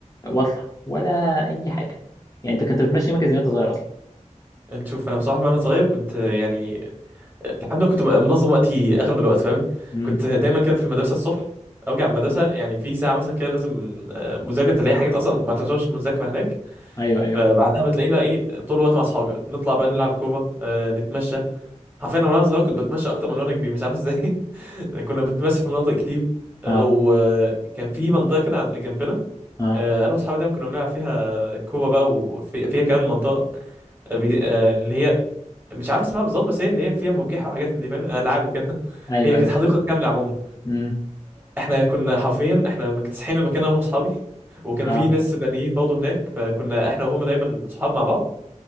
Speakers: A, on the left (about 25°); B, on the right (about 15°).
A: واطلع ولا اي حاجه يعني انت كنت بتمشي يومك ازاي وانت صغير اصلا
B: انت شوف انا بصراحه وانا صغير كنت يعني الحمد لله كنت ببقى منظم وقتي اغلب الوقت فاهمني
A: امم
B: كنت دايما كده في المدرسه الصبح ارجع من المدرسه يعني في ساعه مثلا كده لازم آه، مذاكره تلاقي حاجات اصلا ما تعتبرش مذاكره هناك
A: ايوه ايوه
B: فبعدها بتلاقيني بقى ايه طول الوقت مع اصحابي بقى نطلع بقى نلعب كوره آه، نتمشى حرفيا انا وانا صغير كنت بتمشى اكتر من وانا كبير مش عارف ازاي <laughs> كنا بنتمشى في مناطق كتير
A: اه
B: آه، وكان في منطقه كده عند- جنبنا
A: اه
B: آه، انا واصحابي دايما كنا بنلعب فيها كوبا بقى وفيها كمان منطقه آه، بي... آه، اللي هي مش عارف اسمها بالظبط بس هي اللي هي فيها مفجحه وحاجات من دي فاهم العاب وكده <laughs>
A: ايوه
B: هي كانت
A: ايوه
B: حديقه كامله عموما
A: امم
B: احنا كنا حرفيا احنا مكتسحين المكان انا واصحابي وكان
A: اه
B: في ناس سودانيين برضه هناك فكنا احنا وهم دايما صحاب مع بعض